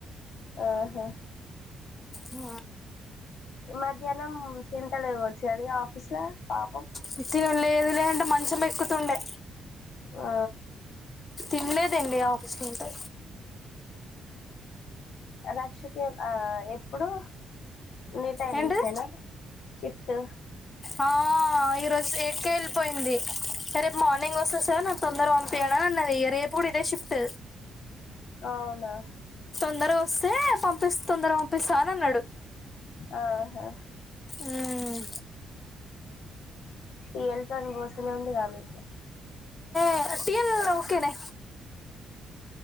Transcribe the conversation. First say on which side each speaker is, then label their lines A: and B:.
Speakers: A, on the left (about 70°); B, on the left (about 30°).
A: ఆహ
B: ఆ
A: మధ్యాహ్నం తింటలే వచ్చి అది ఆఫీస్ లో పాపం.
B: మిర్చీలు లేదులే అంటె మంచం ఎక్కుతుండె.
A: ఆ
B: తినలేదండి ఆఫస్ లో ఉంటే.
A: రక్షకే ఆ ఎప్పుడు? నీ టైమింగ్స్
B: ఏంటిది
A: ఏనా? చిట్ట్
B: ఆ ఈరోజు ఏయిట్ కే ఎలిపోయింది. రేపు మార్నింగ్ వస్తా సార్ నాకు తొందరగ పంపీయరా అన్నది. ఇగ రేపు గుడా ఇదే షిఫ్ట్.
A: అవునా
B: తొందరగ ఒస్తే పంపిస్ తొందరగ పంపిస్తానన్నడు.
A: ఆహా
B: మ్మ్
A: ఈళ్ళ్ తోన్ గోసమ ఉంద కాదు
B: ఆ సి ఎం ను క్కరే